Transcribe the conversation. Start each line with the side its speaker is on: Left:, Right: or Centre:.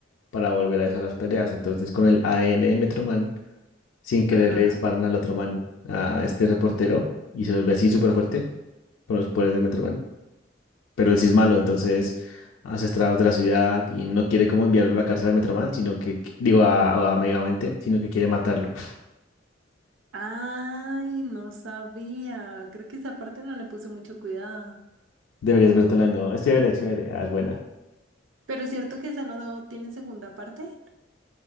Left: para volver a eso a las peleas. Entonces, con el ADN de Metro Man sin querer
Right: Ajá.
Left: le disparan al otro man, a este reportero, y se vuelve así súper fuerte por los poderes de Metroman. Pero él sí es malo, entonces hace estragos de la ciudad y no quiere como enviarlo a la cárcel a Metroman, sino que, qui- digo, a, a Megamente, sino que quiere matarlo.
Right: Ay, no sabía. Creo que esa parte no le puse mucho cuidado.
Left: <laughs> Deberías vértela, no. Es chévere, es chévere, ah, es buena.
Right: Pero es cierto que esa no tiene segunda parte.